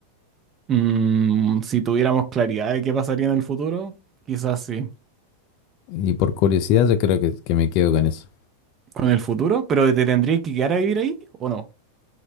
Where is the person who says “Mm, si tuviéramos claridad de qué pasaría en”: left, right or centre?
Right